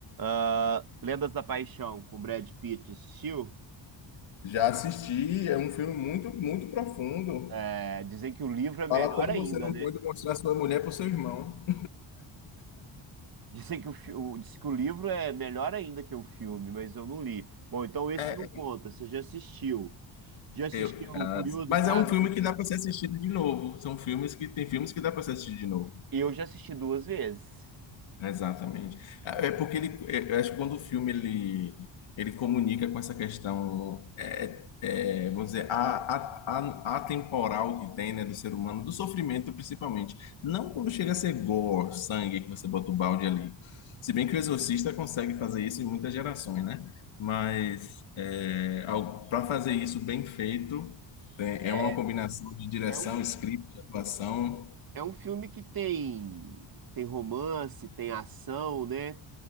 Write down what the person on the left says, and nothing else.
já assisti, é um filme muito, muito profundo.
Fala como
você não
pode mostrar sua mulher para o seu irmão.
É,
Eu, ah,
mas
é um filme
que dá para ser assistido de novo. São filmes que tem filmes que dá para ser assistido de novo.
Exatamente. É é porque ele, é, eu acho que quando o filme ele, ele comunica com essa questão, é, é, é, vamos dizer, a, a, a- atemporal que tem, né, do ser humano, do sofrimento principalmente. Não quando chega a ser gore, sangue, que você bota o balde ali. Se bem que o Exorcista consegue fazer isso em muitas gerações, né? Mas é, para fazer isso bem feito, é,
é uma combinação de direção,
script, atuação.